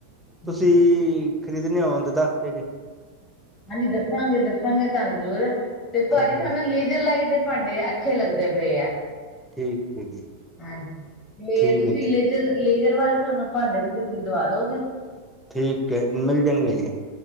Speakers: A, in the centre; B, on the left (about 30°).
A: ਤੁਸੀਂ
B: ਹਾਂਜੀ
A: ਖਰੀਦਣੇ ਹੋਣ ਤੇ, ਦੱਸ ਦੇ ਜੇ
B: ਹਾਂਜੀ, ਦੱਸਾਂਗੇ-ਦੱਸਾਂਗੇ ਤਾਨੂੰ ਜ਼ਰੂਰ ਤੇ ਭਾਜੀ
A: ਹਾਂਜੀ
B: ਸਾਨੂੰ ਨਾ ਲੇਜਰ ਲਾਈਟ ਦੇ ਭਾਂਡੇ ਆ ਅੱਛੇ ਲੱਗਦੇ ਪਏ ਆ,
A: ਠੀਕ ਹੈ ਜੀ
B: ਹਾਂਜੀ ਲੇ
A: ਠੀਕ
B: ਤੁਸੀਂ
A: ਹੈ ਜੀ
B: ਲੇਜਰ ਲੇਜਰ ਵਾਲੇ ਸਾਨੂੰ ਭਾਂਡੇ, ਤੁਸੀਂ ਫਿਰ ਦਵਾ ਦੋਗੇ।
A: ਠੀਕ ਏ ਜੀ, ਮਿਲ ਜਾਣਗੇ ਜੀ।